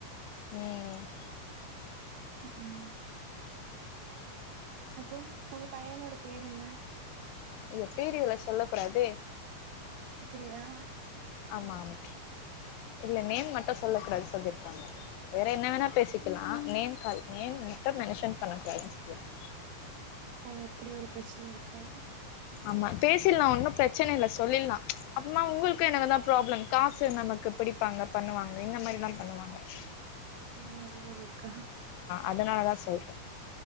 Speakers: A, on the left (about 80°); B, on the right (about 70°).
A: ம்
B: ம் அப்ரோ உங்க பையனோட பேரு என்ன
A: ஐயோ பேர் இதல சொல்ல கூடாதே
B: அப்டியா
A: ஆமா ஆமா இல்ல நேம் மட்டு சொல்ல கூடாது சொல்லியிருக்காங்க வேற என்ன வேணா பேசிக்கலா அ நேம் கால் நேம் மட்டு மெனுஷன் பண்ணக் கூடாதுன் சொல்லி இருக்
B: ஓ அப்டி ஒரு பிரச்சன இருக்கா
A: ஆமா பேசிலா ஒன்னு பிரச்சன இல்ல சொல்லில்லா அப்புமா உங்ளுக்கு எனக்கு தா ப்ராப்ளம் காசு நமக்கு பிடிப்பாங்க பண்ணுவாங்க இந்த மாரிலா பண்ணுவாங்க ஆஸ்
B: சோ அது வேற இருக்கா
A: அதனால தா சொல்ற